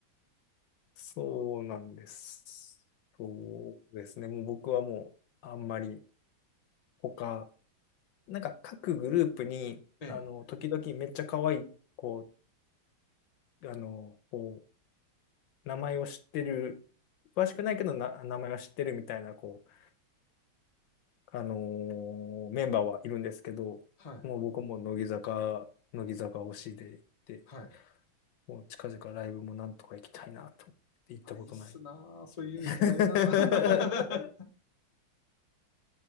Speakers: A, on the left (about 70°); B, on the left (about 45°).
A: そうなんです。そうですね。もう僕はもう、あんまり他、なんか各グループに、
B: <laughs> ええ。
A: あの、時々めっちゃ可愛い、こう、あの、こう、名前を知ってる、詳しくないけどな、名前は知ってるみたいな、こう、あのーメンバーはいるんですけど、
B: はい。
A: もう僕も乃木坂、乃木坂推しで行って、
B: はい。
A: もう近々ライブもなんとか行きたいなと思って行ったことない。
B: あ、いいっすなあ。そういうの行きたいなあ。
A: <laughs>